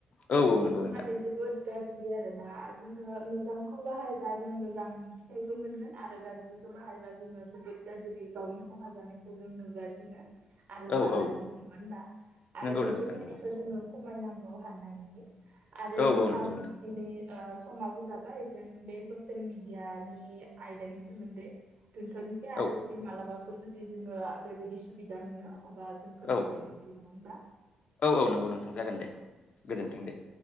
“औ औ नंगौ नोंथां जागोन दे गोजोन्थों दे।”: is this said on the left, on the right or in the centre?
Left